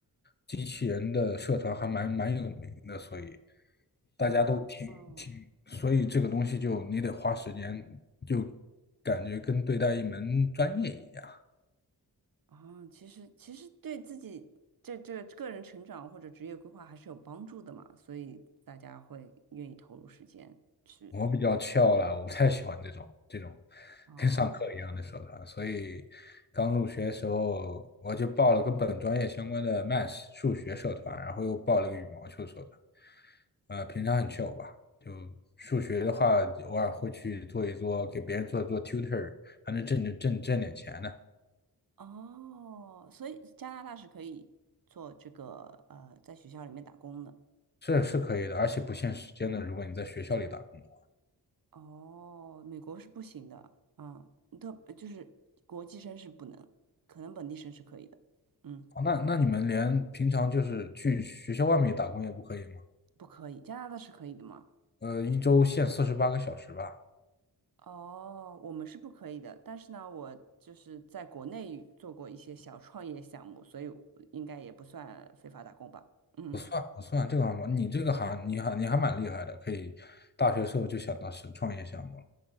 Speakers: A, on the left (about 25°); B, on the right (about 55°).
A: 机器人的社团还蛮蛮有名的，所以。大家都挺挺，
B: 啊。嗯，
A: 所以这个东西就你得花时间，就感觉跟对待一门专业一样。
B: 啊，其实其实对自己这这个人成长或者职业规划还是有帮助的嘛，所以大家会愿意投入时间去。
A: 我比较翘了，我不太喜欢这种这种
B: 啊。
A: 跟上课一样的社团。所以刚入学的时候我就报了跟本专业相关的 Math 数学社团，然后又报了个羽毛球社团。呃，平常很翘吧，就数学的话，偶尔会去做一做，给别人做一做 tutor，还能挣挣挣挣点钱呢。
B: 哦，所以加拿大是可以做这个呃，在学校里面打工的。
A: 是是可以的，而且不限时间的。如果你在学校里打工的话，
B: 哦，美国是不行的，嗯，特就是国际生是不能，可能本地生是可以的，嗯，
A: 哦那那你们连平常就是去学校外面打工也不可以吗？
B: 不可以，加拿大是可以的吗？
A: 呃，一周限四十八个小时吧，
B: 哦，我们是不可以的，但是呢，我就是在国内做过一些小创业项目，所以我应该也不算非法打工吧。嗯，
A: 不算不算，这个还蛮你这个还你还你还蛮厉害的，可以大学时候就想到是创业项目了。